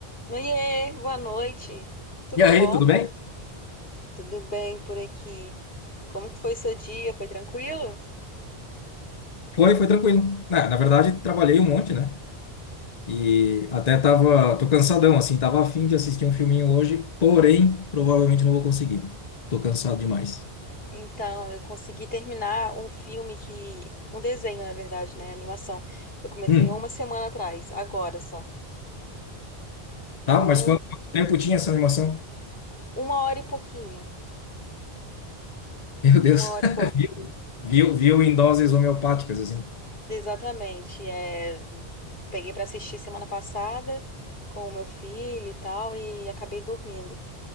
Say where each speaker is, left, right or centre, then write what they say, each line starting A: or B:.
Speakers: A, on the left; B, on the left.
A: Noie, boa noite. Tudo
B: E aí,
A: bom?
B: tudo bem?
A: Tudo bem por aqui. Como que foi seu dia? Foi tranquilo?
B: Foi, foi tranquilo. Na, na verdade, trabalhei um monte, né? E até tava, tô cansadão, assim, tava a fim de assistir um filminho hoje, porém, provavelmente não vou conseguir. Tô cansado demais.
A: Então, eu consegui terminar um filme que... Um desenho, na verdade, né? Animação. Que eu comecei
B: Hum,
A: há uma semana atrás, agora só. Tava
B: tá? Mas
A: muito...
B: quanto, quanto tempo tinha essa animação?
A: Uma hora e pouquinha.
B: Meu
A: Uma
B: Deus.
A: hora
B: <laughs>
A: e pouco.
B: Viu, viu, viu em doses homeopáticas, assim.
A: Exatamente. É... Peguei pra assistir semana passada com o meu filho e tal e acabei dormindo.